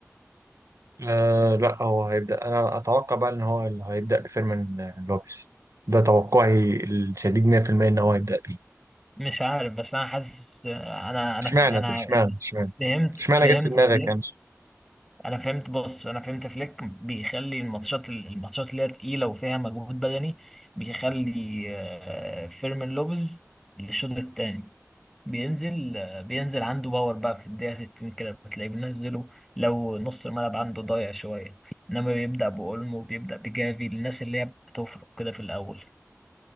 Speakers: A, on the right; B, in the centre.
A: آه لا هو هيبدأ أنا أتوقع بقى إن هو اللي هيبدأ بفيرمين آه، لوبيز ده توقعي الشديد 100% إن هو هيبدأ بيه
B: مش عارف بس انا حاسس انا انا
A: اشمعنى
B: انا
A: طب اشمعنى اشمعنى
B: فهمت
A: اشمعنى
B: فهمت
A: جت في دماغك
B: فليك
A: يعني
B: انا فهمت بص انا فهمت فليك بيخلي الماتشات الماتشات اللي هي تقيله وفيها مجهود بدني بيخلي آه، فيرمين لوبيز للشوط الثاني بينزل آه، بينزل عنده باور بقى في الدقيقه 60 كده بتلاقيه بينزله لو نص الملعب عنده ضايع شويه انما بيبدا باولمو بيبدا بجافي الناس اللي هي بتفرق كده في الاول